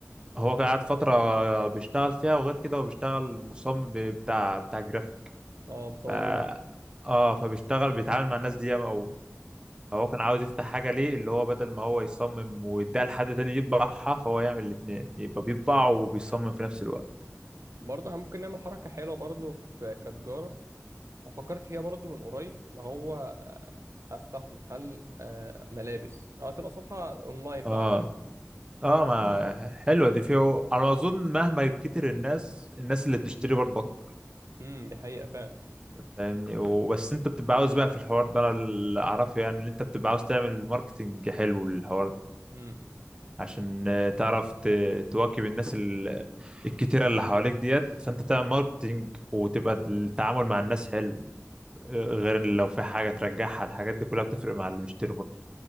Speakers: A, on the right; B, on the right.
A: هو كان قاعد فترة بيشتغل فيها وغير كده هو بيشتغل مصمم بتاع بتاع جرافيك
B: اه مصمم
A: ف...
B: جرافيك
A: اه فبيشتغل بيتعامل مع الناس دي ياما أوي فهو كان عاوز يفتح حاجة ليه اللي هو بدل ما هو يصمم ويديها لحد تاني يطبعها فهو يعمل الاتنين يبقى بيطبع وبيصمم في نفس الوقت
B: برضه احنا ممكن نعمل حركة حلوة برضه في كتجارة أنا فكرت فيها برضه من قريب اللي هو آه، أفتح محل آه، ملابس أه تبقى صفحة أونلاين
A: اه
B: بقى على النت
A: اه ما
B: <clears throat>
A: حلوه دي فيه انا اظن مهما كتر الناس الناس اللي بتشتري برضه اكتر
B: امم دي حقيقة فعلا
A: فاهمني وبس انت بتبقى عاوز بقى في الحوار ده انا اللي اعرفه يعني ان انت بتبقى عاوز تعمل ماركتنج حلو للحوار ده
B: امم
A: عشان آه، تعرف ت- تواكب الناس ال- الكتيره اللي حواليك ديت فانت تعمل ماركتنج وتبقى التعامل مع الناس حلو آه، غير إن لو في حاجه ترجعها الحاجات دي كلها بتفرق مع اللي بيشتري برضه